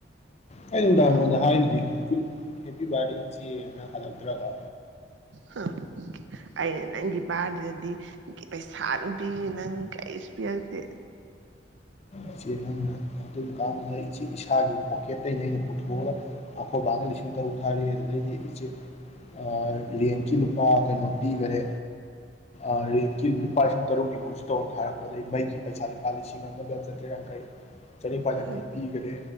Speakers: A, on the left; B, on the right.
A: ꯑꯩ ꯅꯨꯡꯗꯥꯡ
B: ꯍꯝ
A: ꯅꯉꯣꯟꯗ ꯍꯥꯏꯗꯨꯗꯤ ꯍꯦꯄꯤ ꯕꯥꯔꯗꯦ ꯏꯆꯦꯅ ꯈꯜꯂꯛꯇ꯭ꯔꯒ
B: ꯍ ꯑꯩꯅ ꯅꯪꯒꯤ ꯕꯥꯔꯗꯦꯗꯗꯤ ꯄꯩꯁꯥ ꯑꯗꯨꯝ ꯄꯤ ꯅꯪ ꯀꯔꯤꯁꯨ ꯄꯤꯔꯛꯇꯦ꯫
A: ꯏꯆꯦ ꯅꯪꯅ ꯑꯗꯨꯝ ꯀꯥꯟꯗꯨꯗ ꯏꯆꯦ ꯏꯁꯥꯒꯤ ꯄꯣꯀꯦꯠꯇꯇꯩꯩꯅ ꯑꯩꯅ ꯄꯨꯊꯣꯛꯑꯒ ꯑꯩꯈꯣꯏꯕꯥꯅ ꯂꯤꯁꯤꯡ ꯇꯔꯨꯛ ꯊꯥꯔꯤꯑ ꯑꯗꯨꯗꯩꯗꯤ ꯏꯆꯦ ꯑꯥ ꯔꯦꯟꯀꯤ ꯂꯨꯄꯥ ꯀꯩꯅꯣ ꯄꯤꯒꯔꯦ ꯑꯥ ꯔꯦꯟꯀꯤ ꯂꯨꯄꯥ ꯂꯤꯁꯤꯡ ꯇꯔꯨꯛꯀꯤ ꯗꯤꯄꫭꯁꯤꯠ ꯇꯧꯔ ꯊꯥꯔꯛ ꯑꯗꯩ ꯃꯩꯒꯤ ꯄꯩꯁꯥ ꯂꯨꯄꯥ ꯂꯤꯁꯤꯡ ꯑꯃ ꯑꯃꯒ ꯆꯠ ꯃꯈꯩ ꯆꯅꯤꯄꯥꯜ
B: ꯎꯝ
A: ꯌꯪꯈꯩ ꯄꯤꯒꯔꯦ